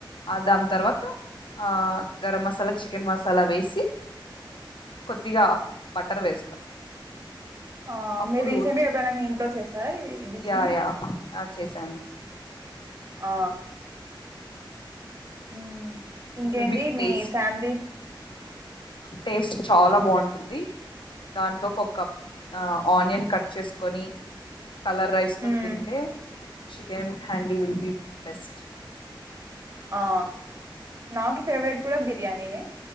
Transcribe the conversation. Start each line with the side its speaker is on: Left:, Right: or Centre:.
Left: ఆ దాని తర్వాత ఆ గరం మసాలా చికెన్ మసాలా వేసి కొద్దిగా బటర్ వేస్తాం
Right: ఆ
Left: అప్పుడు
Right: మీరు రీసెంట్ గా ఎప్పుడైనా మీ ఇంట్లో చేసారా ఈ డిష్
Left: యా
Right: ని
Left: యా ఆ చేశాను
Right: ఆ ఉమ్ ఇంకేంటి
Left: ఇట్ విల్ బి
Right: మీ
Left: టేస్ట్
Right: ఫ్యామిలీ
Left: టేస్ట్ చాలా బాగుంటుంది దాంట్లోకి ఒక ఆనియన్ కట్ చేసుకొని కలర్ రైస్తో
Right: మ్మ్
Left: తింటే ఇ chicken handi will be best
Right: ఆ నాకు ఫేవరెట్ కూడా బిర్యానీనే